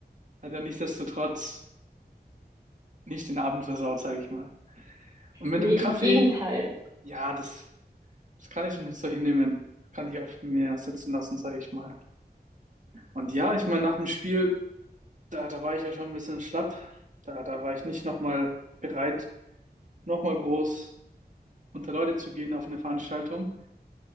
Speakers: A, on the right; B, on the right.
A: hat ja nichtsdestotrotz nicht den Abend versaut, sage ich mal. Und mit
B: Nee,
A: dem
B: im
A: Kaffee,
B: Gegenteil.
A: ja, das, das kann ich schon nicht so hinnehmen. Das kann ich auf mir sitzen lassen, sage ich mal. Und ja, ich meine, nach dem Spiel, da, da war ich ja schon ein bisschen schlapp. Da, da war ich nicht nochmal bereit, nochmal groß unter Leute zu gehen auf eine Veranstaltung.